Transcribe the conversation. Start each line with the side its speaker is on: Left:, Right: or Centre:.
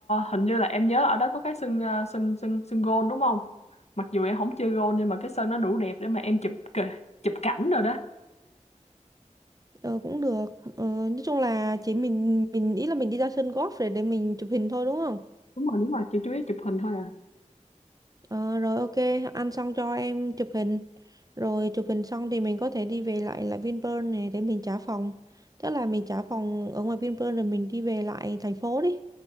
Left: hình như là em nhớ ở đó có cái sân ờ, sân sân sân gôn đúng không? Mặc dù em không chơi gôn nhưng mà cái sân nó đủ đẹp để mà em chụp kì- chụp cảnh rồi đó.
Right: Ờ, cũng được. Ờ, nói chung là chỉ mình mình nghĩ là mình đi ra sân golf để để mình chụp hình thôi đúng không?
Left: đúng rồi đúng rồi chỉ chú ý chụp hình thôi à
Right: Ờ, rồi ok, ăn xong cho em chụp hình. Rồi chụp hình xong thì mình có thể đi về lại lại Vinpearl này để mình trả phòng. Chắc là mình trả phòng ở ngoài Vinpearl rồi mình đi về lại thành phố đi.